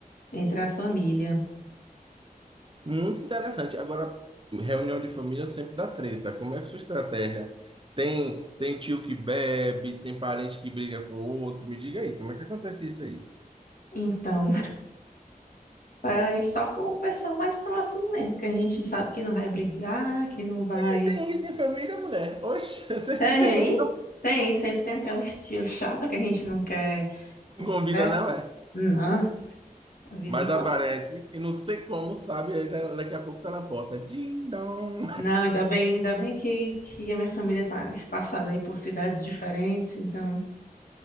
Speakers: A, on the left; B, on the right.
A: entre a família.
B: Muito interessante. Agora, reunião de família sempre dá treta. Como é que é sua estratégia? Tem, tem tio que bebe, tem parente que briga com outro. Me diga aí, como é que acontece isso aí?
A: Então, <laughs> é só com o pessoal mais próximo mesmo, que a gente sabe que não vai brigar, que não vai...
B: E tem isso em família, mulher? Oxe, <laughs> sempre
A: Tem,
B: tem um.
A: tem, sempre tem aquelas tias chatas que a gente não quer... por
B: Não convida,
A: perto.
B: não é?
A: Não, a vida
B: Mas aparece,
A: não.
B: e não sei como, sabe? aí da- Daqui a pouco tá na porta. Ding dong.
A: Não, ainda bem, ainda bem que, que a minha família tá espaçada aí por cidades diferentes, então